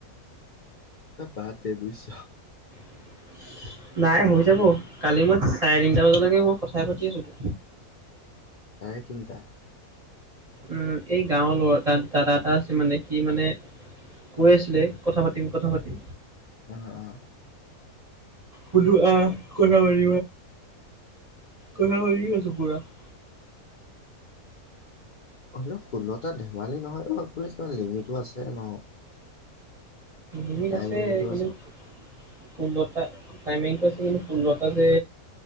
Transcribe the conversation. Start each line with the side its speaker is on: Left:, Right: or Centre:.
Left: তই বাতদে বুজিছ'
Right: <inaudible> নাই হৈ যাব, কালি মই চাৰে তিনিটা বজালৈকে মই কথাই পাতি আছোতো।
Left: চাৰে তিনিটা?
Right: উম, এই গাঁৱৰ লৰা দাদা এটা আছে মানে সি মানে কৈ আছিলে কথা পাতিম, কথা পাতিম
Left: অ', অ',
Right: কল আহ কাবাৰ কাবাৰ আছে পুৰা <inaudible>
Left: হ'লেও ষোলটা ধেমালি নহয়, অ লিমিটো আছে ন?
Right: লিমিট
Left: টাইম
Right: আছে
Left: লিমিটো
Right: কিন্তু,
Left: আছে
Right: ষোল্লটা টাইমিংটো আছে, কিন্তু ষোল্লটা যে